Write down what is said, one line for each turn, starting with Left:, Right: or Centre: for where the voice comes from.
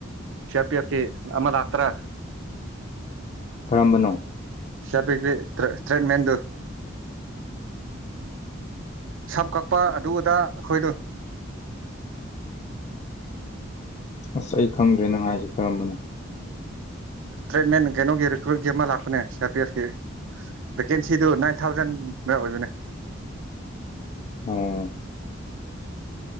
Right: ꯁꯤ ꯑꯥꯔ ꯄꯤ ꯑꯦꯐꯀꯤ ꯑꯃ ꯂꯥꯛꯇ꯭ꯔꯥ
Left: ꯀꯔꯝꯕꯅꯣ
Right: ꯁꯝꯌꯥꯄꯤꯒꯤ ꯇ꯭ꯔꯦꯠ ꯃꯦꯟꯗꯨ ꯁꯝ ꯀꯛꯄ ꯑꯗꯨ ꯑꯗꯥ ꯑꯩꯈꯣꯏꯗꯣ
Left: ꯑꯁ ꯑꯩ ꯈꯪꯗ꯭ꯔꯦ ꯅꯪ ꯍꯥꯏꯖꯦ ꯀꯔꯝꯕꯅꯣ
Right: ꯇ꯭ꯔꯤꯗꯃꯦꯟ ꯀꯩꯅꯣꯒꯤ ꯔꯤꯀ꯭ꯔꯨꯏꯠꯀꯤ ꯑꯃ ꯂꯥꯛꯄꯅꯦ ꯁꯤ ꯑꯔ ꯄꯤ ꯑꯦꯐꯀꯤ ꯚꯦꯀꯦꯟꯁꯤ ꯁꯤꯗꯨ ꯅꯥꯏꯟ ꯊꯥꯎꯖꯟꯗ ꯑꯣꯏꯕꯅꯦ
Left: ꯑꯣ